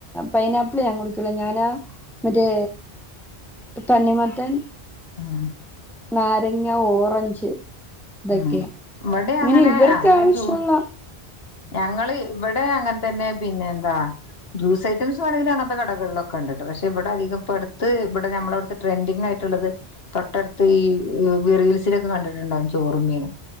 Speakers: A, in the centre; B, on the left.
A: പൈനാപ്പിള് ഞാൻ കുടിക്കൂല ഞാനാ മറ്റേ തണ്ണിമത്തൻ
B: ആഹ്
A: നാരങ്ങ, ഓറഞ്ച്. ഇതൊക്കെയാ
B: ഉം ഇബടെയങ്ങനെ
A: ഇങ്ങനെ ഇവർക്ക്
B: ആ
A: ആവശ്യമുള്ള
B: ജൂ ഞങ്ങള് ഇബടെങ്ങൻത്തന്നെ പിന്നെന്താ. ജൂസൈറ്റംസ് വേണങ്കി അങ്ങത്തെ കടകളിലൊക്കെണ്ടട്ടോ പക്ഷെ ഇവിടധികം ഇപ്പടുത്ത് ഇബടെ ഞമ്മളെടു ട്രെൻഡിങ്ങായിട്ടുള്ളത് തൊട്ടടുത്ത് ഈ റീൽസിലൊക്കെ കണ്ടിട്ടുണ്ടാവും. ചോറും, മീനും